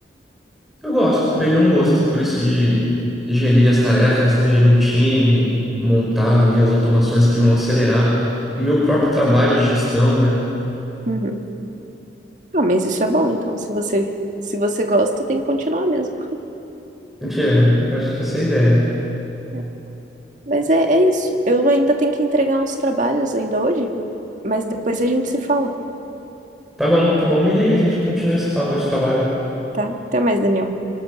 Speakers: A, in the centre; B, on the right.
A: Eu gosto, peguei um gosto por isso de gerir as tarefas, né? Gerir um time, montar ali as automações que vão acelerar o meu próprio trabalho de gestão, né?
B: Uhum. Ah, mas isso é bom, então. Se você, se você gosta, tem que continuar mesmo.
A: Mentira, eu acho que essa é a ideia.
B: É. Mas é, é isso. Eu ainda tenho que entregar uns trabalhos ainda hoje, mas depois a gente se fala,
A: Tá bom, tá bom, me liga, a gente continua esse papo de trabalho.
B: tá? Até mais, Daniel.